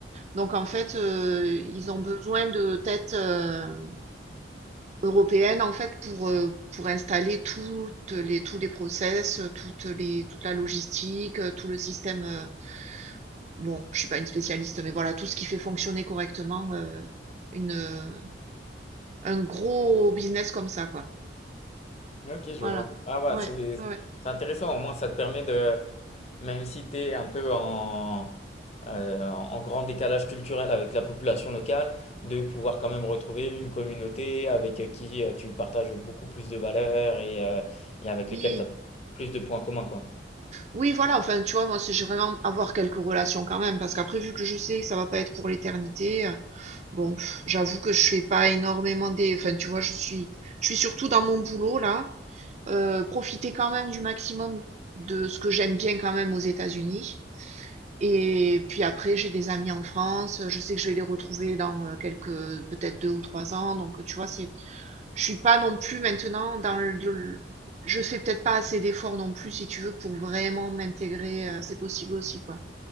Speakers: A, on the right; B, on the left.
A: Donc en fait, heu, ils ont besoin de têtes, heu, européennes en fait pour, heu, pour installer toutes les tous les process, heu, toutes les toute la logistique, heu, tout le système, heu, bon, je suis pas une spécialiste, mais voilà, tout ce qui fait fonctionner correctement, heu, une, heu, un gros business comme ça, quoi.
B: Ok, je
A: Voilà.
B: vois. Ah bah,
A: Ouais,
B: c'est
A: ouais, ouais.
B: c'est intéressant, au moins ça te permet de, Même si tu es un peu en, euh, en grand décalage culturel avec la population locale, de pouvoir quand même retrouver une communauté avec qui euh, tu partages beaucoup plus de valeurs et, euh, et avec
A: Oui,
B: lesquelles tu as plus de points communs, quoi.
A: oui, voilà, enfin, tu vois, moi, c'est j'ai vraiment avoir quelques relations quand même parce qu'après vu que je sais que ça va pas être pour l'éternité, heu Bon, pff, j'avoue que je fais pas énormément des. Enfin, tu vois, je suis, je suis surtout dans mon boulot là. Euh, profiter quand même du maximum de ce que j'aime bien quand même aux États-Unis. Et puis après, j'ai des amis en France. Je sais que je vais les retrouver dans euh, quelques, peut-être deux ou trois ans. Donc, tu vois, c'est, je suis pas non plus maintenant dans le. Je fais peut-être pas assez d'efforts non plus, si tu veux, pour vraiment m'intégrer. euh, C'est possible aussi, quoi.